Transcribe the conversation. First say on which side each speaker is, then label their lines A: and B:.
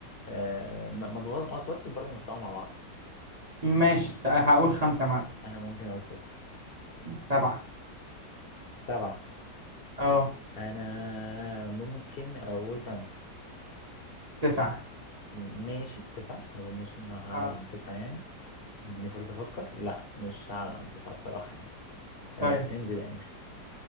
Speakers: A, on the left; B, on the right.
A: آه ما ما بغ- ما توتر برضه نطلعوا مع بعض
B: ماشي تع- هقول خمسة معنا
A: أنا ممكن أقول ستة
B: سبعة
A: سبعة
B: اه
A: أنا ممكن أقول تمانية
B: تسعة
A: م- ماشي تسعة ما أظنش إن أنا هعلى
B: اه
A: عن تسعة يعني اديني فرصة أفكر لا مش هعلى عن تسعة بصراحة يعني آه
B: طيب
A: انزل يا أمير